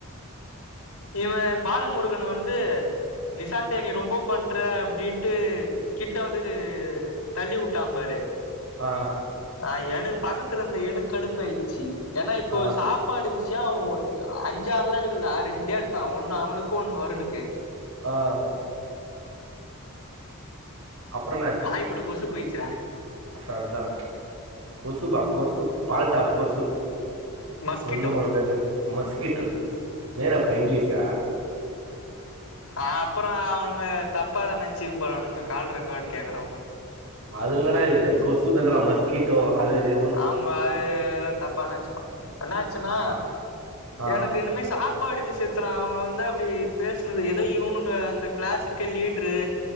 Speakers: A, on the left (about 85°); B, on the right (about 80°).
A: இவன் பாலமுருகன் வந்து நிசாந்து நீ ரொம்போ பண்ற அப்டின்ட்டு கிட்ட வந்து தள்ளி வுட்டான் பாரு
B: ஆ
A: ஆ எனக்கு பக்கத்துல இருந்த எனக்கு கடுப்பாயிடுச்சு ஏனா இப்போ
B: ஆ
A: சாப் பாடு விஷயம் அவன் அஞ்சாறுலா எடுக்கல ரெண்டே எடுத்தா ஒண்ணு அவனுக்கு ஒண்ணு வருணுக்கு
B: ஆ அப்புறோ
A: வாய்க்குள்ள கொசு போய்டுச்சுடா
B: சர்தா கொசுபா கொசு பால்டாப் கொசு
A: மஸ்கிட்டோ
B: ஒண்ணுமாட்டது மஸ்கிட்டோ நேரப்பா இங்கிலீஷா
A: அப்றோ அவனுங்க தப்பாதா நனச்சுக்க போறானுங்க கால் ரெக்கார்டு கேக்கறவங்க
B: அது இல்லடா இது கொசு தாண்டா மஸ் க்கிட்டோ அது இது
A: அவுங்க அது தப்பா நனச்சுக்கோ என்னச்சுன்னா
B: ஆ ஆ
A: எனக்கு இனிமே சாப் பாடு விஷயத்துல அவன் வந்து அப்படி பேசுனது ஏதோ இவனுங்க அந்த கிளாஸுக்கே லீட்ரு